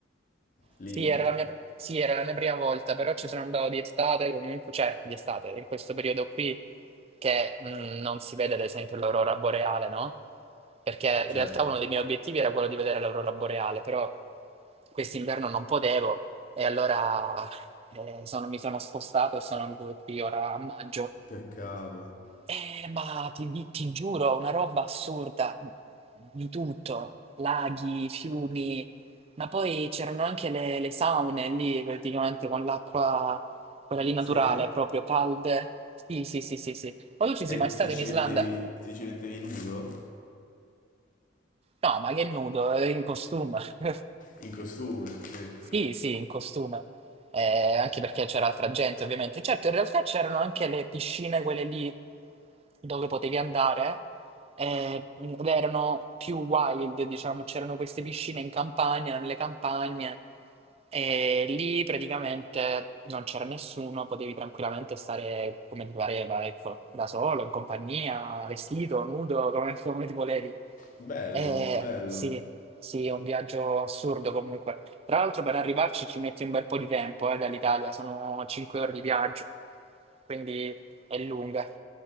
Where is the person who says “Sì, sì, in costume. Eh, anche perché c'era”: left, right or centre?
Right